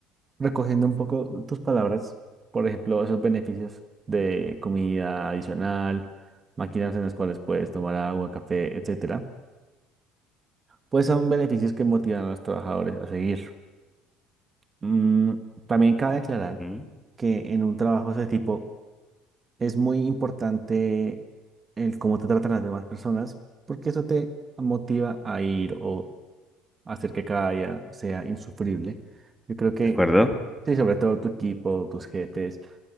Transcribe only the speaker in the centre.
Ujú,
¿De acuerdo?